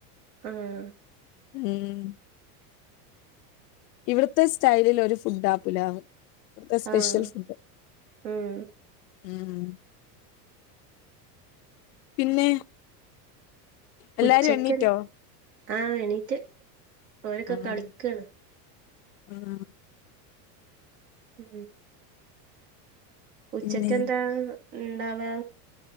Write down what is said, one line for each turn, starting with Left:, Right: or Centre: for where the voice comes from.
Right: ആഹ്
Left: ഉം ഇവിടത്തെ സ്റ്റൈലിൽ ഒരു ഫുഡ് ആപ്പുല അവിടുത്തെ സ്പെഷ്യൽ
Right: ആഹ്
Left: ഫുഡ്
Right: ഉം
Left: ഉം പിന്നെ എല്ലാരും
Right: ഉച്ചക്കന്നെ
Left: എണ്ണീറ്റോ
Right: ആഹ് എണീറ്റ് ഓരൊക്കെ
Left: ആഹ്
Right: കട്ക്കയാണ്
Left: ആഹ്
Right: ഉം ഉച്ചക്ക്ന്താണ്
Left: പിന്നെ
Right: ഉണ്ടവാ